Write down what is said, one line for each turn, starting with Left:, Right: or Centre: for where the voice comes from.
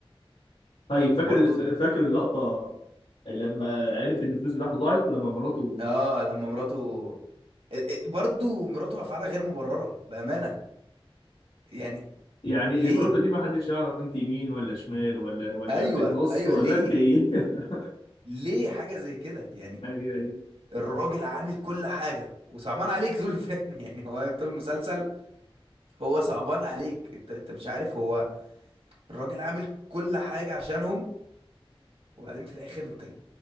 Left: طيب
Right: فبرضه
Left: فاكر فاكر اللقطة لما عرف ان الفلوس بتاعته ضاعت لما مراته
Right: اه لما مراته ال- ال- برضو مراته افعالها غير مبرره بامانه يعني
Left: <laughs> يعني
Right: ليه
Left: مراته دي ما حدش يعرف انت يمين ولا شمال ولا ولا
Right: ايوه
Left: في النص
Right: ايوه
Left: ولا
Right: ليه
Left: انت ايه <laughs>
Right: ليه حاجه زي كده يعني
Left: ايوه ايوه
Right: الراجل عامل كل حاجه وصعبان عليك طول الفيلم <laughs> يعني هو طول المسلسل هو صعبان عليك انت انت مش عارف هو الراجل عامل كل حاجه عشانهم وبعدين في الاخر انت ال-